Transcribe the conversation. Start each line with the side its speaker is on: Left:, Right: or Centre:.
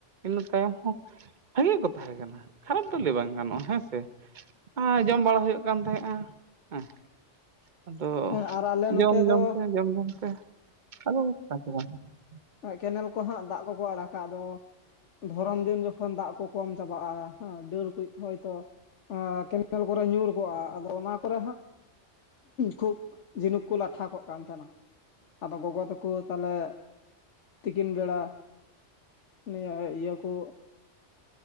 Right: ᱤᱱᱟᱹ ᱛᱟᱭᱚᱢ ᱦᱚᱸ ᱵᱷᱟᱹᱜᱤ ᱠᱚ ᱛᱟᱦᱮᱸ ᱠᱟᱱᱟ ᱠᱷᱟᱨᱟᱯ ᱫᱚ ᱞᱟᱹᱭ ᱵᱟᱝ ᱜᱟᱱᱚᱜᱼᱟ ᱦᱮᱸ ᱥᱮ ᱾ ᱦᱮᱸ ᱡᱚᱢ ᱵᱟᱲᱟ ᱦᱩᱭᱩᱜ ᱠᱟᱱ ᱛᱟᱦᱮᱸᱫᱼᱟ ᱦᱮᱸ ᱾ ᱟᱫᱚ
Left: ᱦᱮᱸ ᱟᱨ ᱟᱞᱮ ᱱᱚᱛᱮ
Right: ᱡᱚᱢ
Left: ᱫᱚ
Right: ᱡᱚᱢ ᱛᱮ ᱡᱚᱢ ᱡᱚᱢ ᱛᱮ ᱟᱫᱚ <unintelligible>
Left: ᱱᱚᱜᱼᱚᱭ ᱠᱮᱱᱮᱞ ᱠᱚᱦᱟᱸᱜ ᱫᱟᱜ ᱠᱚᱠᱚ ᱟᱲᱟᱜ ᱠᱟᱜ ᱫᱚ ᱾ ᱫᱷᱚᱨᱚᱱ ᱫᱤᱱ ᱡᱚᱠᱷᱚᱱ ᱫᱟᱜ ᱠᱚ ᱠᱚᱢ ᱪᱟᱵᱟᱜᱼᱟ ᱦᱮᱸ ᱰᱟᱹᱨ ᱠᱩᱡ ᱦᱚᱭᱛᱚ ᱟᱸᱻ ᱠᱮᱱᱮᱞ ᱠᱚᱨᱮ ᱧᱩᱨ ᱠᱚᱜᱼᱟ ᱟᱫᱚ ᱚᱱᱟ ᱠᱚᱨᱮ ᱦᱚᱸ ᱠᱷᱩᱵᱽ ᱡᱷᱤᱱᱩᱠ ᱠᱚ ᱞᱟᱴᱷᱟ ᱠᱚᱜ ᱠᱟᱱ ᱛᱟᱦᱮᱸᱱᱟ ᱟᱫᱚ ᱜᱚᱜᱚ ᱛᱟᱠᱚ ᱛᱟᱦᱞᱮ ᱛᱤᱠᱤᱱ ᱵᱮᱲᱟ ᱱᱤᱭᱟᱹ ᱤᱭᱟᱹ ᱠᱚ